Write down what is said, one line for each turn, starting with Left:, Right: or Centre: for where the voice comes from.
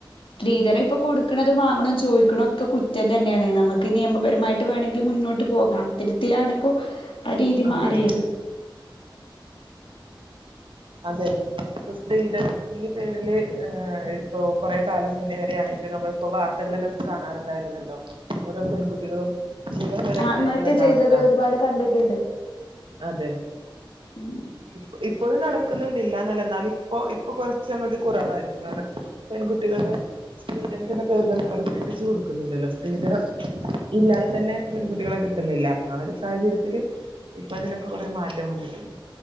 Left: സ്ത്രീധനം ഇപ്പൊ കൊടുക്കണതും വാങ്ങ്ണതും ചോദി ക്ക്ണൊക്കെ കുറ്റം തന്നേണ്. നമുക്ക് നിയമപരമായിട്ട് വേണെങ്കിൽ മുന്നോട്ട് പോകാം, അത്തരത്തിലാണിപ്പൊ ആ രീതി മാറിയത്
Right: അതെ അതെ, ഇപ്പൊ സ്ത്രീധനത്തിന്റെ പേരില് ഏ ഇപ്പൊ കൊറേകാലം മുന്നേ വരേ ആണെങ്കില് നമ്മളിപ്പൊ, വാർത്തകളിലൊക്കെ കാണാറുണ്ടായിരുന്നല്ലോ ഓരോ പെൺകുട്ടികളും ജീവൻ വരെ
Left: ആത്മഹത്യ
Right: കളയേണ്ടി വന്ന
Left: ചെയ്തത്
Right: അവസ്ഥ
Left: ഒരുപാട് കണ്ടിട്ടുണ്ട്
Right: അതെ
Left: <inaudible>
Right: ഇപ്പ ഇപ്പോഴും നട ക്ക്ന്ന് ണ്ട് ഇല്ലാന്നല്ല എന്നാലും, ഇപ്പൊ ഇപ്പൊ കൊറച്ചങ്ങോട്ട് കുറവായിരിക്കും കാരണം പെൺകുട്ടികളെ സ്ത്രീധനത്തിന്റെ പേരിലൊന്നും ആരും കെട്ടിച്ച് കൊടുക്കുന്നില്ലല്ലോ. സ്ത്രീധനം ഇല്ലാതെ തന്നെ പെൺകുട്ടികളെ കി ട്ടുന്നില്ല. അപ്പൊ ആ ഒരു സാഹചര്യത്തില് ഇപ്പൊ അതിനൊക്കെ കൊറേ മാറ്റം വന്നിട്ട്ണ്ട്.